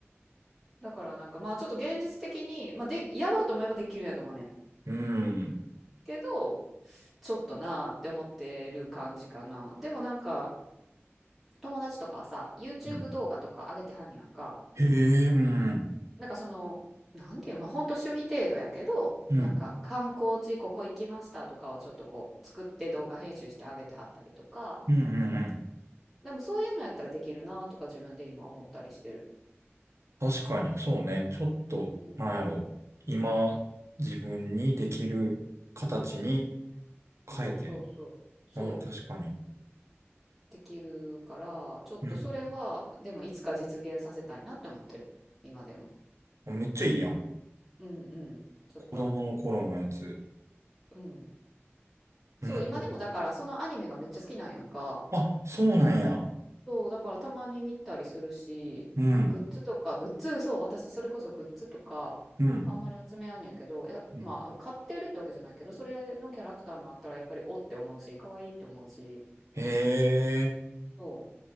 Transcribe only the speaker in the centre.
だからなんかまあちょっと現実的に、まあ、でやろうと思えばできるんやと思うねん
けどちょっとなーって思ってる感じかなでもなんか友達とかはさ YouTube
動画とか上げてはんやんか
なんかそのなんていうまあほんと趣味程度やけどなんか観光地ここ行きましたとかをちょっとこう作って動画編集してあげてはったりとか
でもそういうのやったらできるなとか自分で今思ったりしてる。
うんうん。
そうそうそう。
そう。
できるから、ちょっとそれは、
でもいつか実現させたいなって思ってる。今でも。
うんうん。ちょっと。
うん。
そう、今でもだからそのアニメがめっちゃ好きなんやんか。
そう、だからたまに見たりするし、
グッズとか、グッズ、そう、私それこそグッズとか、
あんまり集めやんねんけど、いや、
まあ、買ってるってわけじゃないけど、それのキャラクターのあったらやっぱりおって思うし、可愛いって思うし、
そ